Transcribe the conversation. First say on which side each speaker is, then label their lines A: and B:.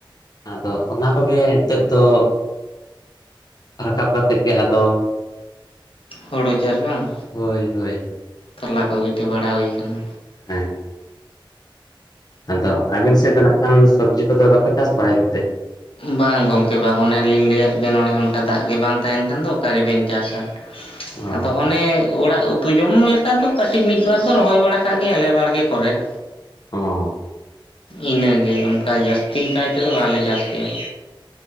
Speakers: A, on the left; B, on the left.
A: ᱟᱫᱚ ᱚᱱᱟ ᱠᱚᱜᱮ ᱱᱤᱛᱚᱜ ᱫᱚ ᱨᱟᱠᱟᱵ ᱠᱟᱛᱮᱫ ᱜᱮ ᱟᱫᱚ
B: ᱦᱩᱲᱩ ᱪᱟᱥ ᱵᱟᱝ
A: ᱦᱳᱭ ᱦᱳᱭ
B: ᱛᱟᱞᱟ ᱠᱚ ᱜᱤᱰᱤ ᱵᱟᱲᱟ ᱦᱩᱭ ᱠᱟᱱᱟ
A: ᱦᱮᱸ ᱟᱫᱚ ᱟᱵᱤᱱ ᱥᱮᱫ ᱫᱚ ᱱᱟᱜ ᱠᱷᱟᱱ ᱥᱚᱵᱽᱡᱤ ᱠᱚᱫᱚ ᱵᱟᱠᱚ ᱪᱟᱥ ᱵᱟᱲᱟᱭ ᱜᱮᱛᱮ
B: ᱵᱟᱝ ᱜᱚᱢᱠᱮ ᱵᱟᱝ ᱚᱱᱮᱞᱤᱧ ᱞᱟᱹᱭᱟᱫ ᱵᱮᱱ ᱚᱱᱮ ᱚᱱᱠᱟ ᱫᱟᱜ ᱜᱮ ᱵᱟᱝ ᱛᱟᱦᱮᱱ ᱠᱷᱟᱱ ᱫᱚ ᱚᱠᱟ ᱨᱮ ᱵᱮᱱ ᱪᱟᱥᱟ
A: ᱚ
B: ᱟᱫᱚ ᱚᱱᱮ ᱚᱲᱟᱜ ᱩᱛᱩ ᱡᱚᱢ ᱞᱮᱠᱟ ᱫᱚ ᱠᱟᱹᱴᱤᱡ ᱢᱤᱫ ᱵᱟᱨ ᱫᱚ ᱨᱚᱦᱚᱭ ᱵᱟᱲᱟ ᱠᱟᱜ ᱜᱮᱭᱟ ᱞᱮ ᱵᱟᱲᱜᱮ ᱠᱚᱨᱮᱫ
A: ᱚ
B: ᱤᱱᱟᱹᱜᱮ ᱚᱱᱠᱟ ᱡᱟᱹᱥᱛᱤ ᱠᱟᱭ ᱛᱮᱫᱚ ᱵᱟᱞᱮ ᱪᱟᱥ ᱠᱮᱭᱟ